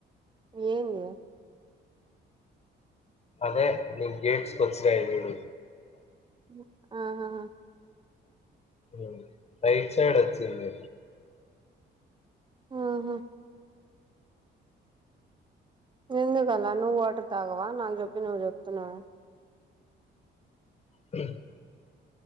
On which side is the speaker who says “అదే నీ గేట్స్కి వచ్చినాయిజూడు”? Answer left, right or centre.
Left